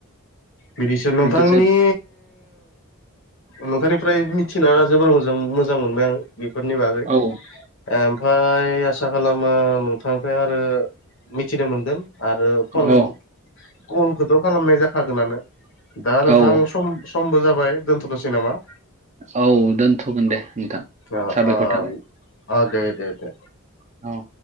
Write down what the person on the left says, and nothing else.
बिदिसो नोंथांनि
नोंथांनिफ्राय मिथिना जोबोर मोजां मोजां मोनबाय आं बेफोरनि बागै
ओमफ्राय आसा खालामो नोंथांनिफ्राय आरो मिथिनो मोनगोन आरो फन
कलखौथ' खालामनाय जाखागोनानो दा नोंथां
सम समबो जाबाय दोनथ'नो'सै नामा
अ
अ
अ दे देे